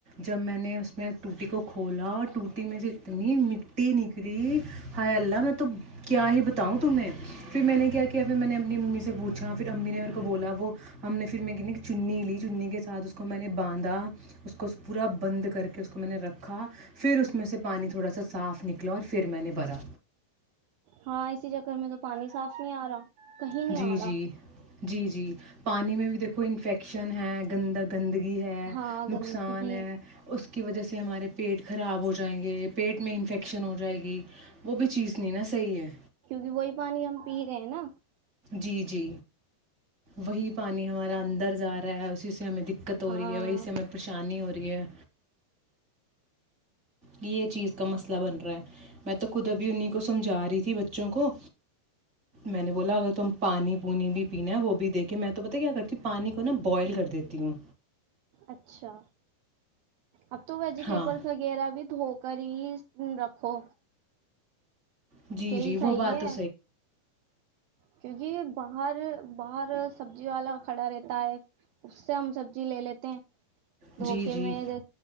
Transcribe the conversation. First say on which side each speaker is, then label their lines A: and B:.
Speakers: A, on the right (about 40°); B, on the right (about 75°).
A: جب میں نے اس میں ٹوٹی کو کھولا اور ٹوٹی میری اتنی مٹی نکلی ہائے اللہ نے تو کیا ہی بتاؤں تمہیں پھر میں نے کیا کیا پھر میں نے اپنی امی سے پوچھا پھر امی نے میرے کو بولا وہ ہم نے پھر میں کہ چنی لی چنی کے ساتھ اس کو میں نے باندھا اس کو پورا بند کر کے اس کو میں نے رکھا پھر اس میں سے پانی تھوڑا سا صاف نکلا اور پھر میں نے بھرا
B: ہاں اسی جا کر میں تو پانی صاف نہیں ا رہا کہیں نہیں
A: جی
B: ا
A: جی
B: رہا
A: جی جی پانی میں بھی دیکھو انفیکشن ہے گندا گندگی ہے
B: ہاں
A: نقصان
B: گندگی
A: ہے اس کی وجہ سے ہمارے پیٹ خراب ہو جائیں گے پیٹ میں انفیکشن ہو جائے گی وہ بھی چیز نہیں نا صحیح ہے
B: کیونکہ وہی پانی ہم پی رہے ہیں نا
A: جی جی وہی پانی ہمارا اندر اسی سے ہمیں دقت ہو
B: ہاں
A: رہی ہے وہیں سے ہمیں پریشانی ہو رہی ہے یہ چیز کا مسئلہ بن رہا ہے میں تو خود ابھی انہی کو سمجھا رہی تھی بچوں کو میں نے بولا اگر تم پانی پونی بھی پینا ہے وہ بھی دے کے میں تو پتہ ہے کیا کرتی ہوں پانی کو نا بئل کر دیتی ہوں
B: اچھا اب تو ویجیٹیبلز
A: ہاں
B: وغیرہ ود ہوپ کریز رکھو
A: جی
B: یہی
A: جی
B: صحیح
A: وہ بات
B: ہے
A: تو
B: کیو جی باہر اور سبزی والا کھڑا رہتا ہے اس سے ہم سبزی لے لیتے ہیں
A: جی جی